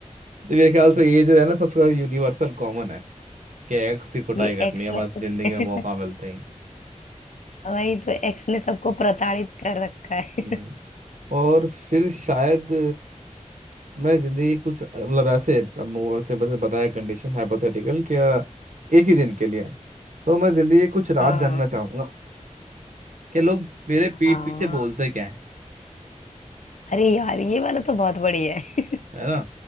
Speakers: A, on the right (about 70°); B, on the left (about 70°).
A: तो मेरे ख्याल से ये जो है ना सबका यूनिवर्सल कॉमन है कि एक्स की कुटाई
B: ये
A: करनी
B: एक्स
A: है बस
B: ने
A: जिंदगी में मौका
B: <laughs>
A: मिलता ही
B: वही तो एक्स ने सबको प्रताड़ित कर रखा है
A: हम्म। और फिर शायद मैं जिंदगी की कुछ मतलब ऐसे अब मुंह से बस बताया कंडीशन हाइपोथेटिकल क्या एक ही दिन के लिए है। तो मैं जिंदगी की कुछ राज
B: हाँ
A: जानना चाहूंगा कि लोग मेरे
B: हाँ
A: पीठ पीछे बोलते क्या है
B: अरे यार ये वाला तो बहुत बढ़िया है
A: है ना